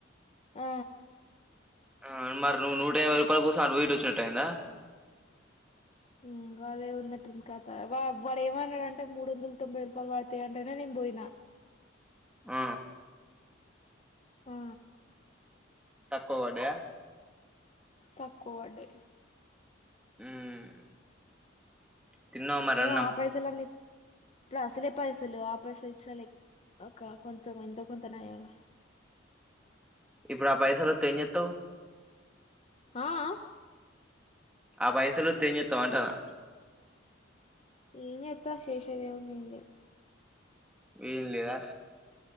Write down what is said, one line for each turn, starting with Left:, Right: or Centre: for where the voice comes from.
Left: ఆ
Centre: ఆ మరి నువ్ నూట యాభై రూపాయల కోసం అటు బోయ్ ఇటొచ్చినట్టు అయిందా
Left: ఉమ్ గదే ఉన్నట్టుంది కత వా వాడేమన్నడంటే మూడు వందలు తొంభై రూపాయలు పడ్ తయ్ అంటేనే నెన్ బోయిన
Centre: ఆ
Left: ఆ
Centre: తక్కువ బడ్డయా
Left: తక్కువ బడ్డయ్
Centre: ఉమ్ తిన్నావా మరి
Left: ఏమో
Centre: అన్నం
Left: ఆ పైసలన్నీ ఇప్పుడసలే పైసలెవ్ ఆ పైసలు ఇచ్చిన లేక్ అక కొంచెం ఎంతో కొంత నయమె
Centre: ఇప్పుడా పైసలోత్తే ఏం జెత్తవ్?
Left: ఆ ఆ
Centre: ఆ పైసలొత్తె ఏం జెత్తవంటానా
Left: ఏం జెత్త చేషేదేముంది ఏం లేద్
Centre: ఏం లేదా